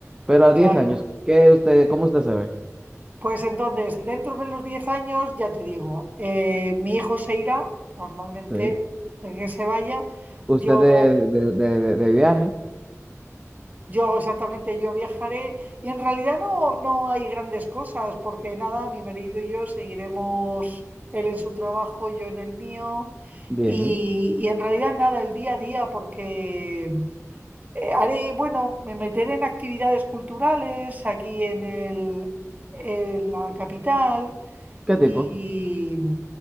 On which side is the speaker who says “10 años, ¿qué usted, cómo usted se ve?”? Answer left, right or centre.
Right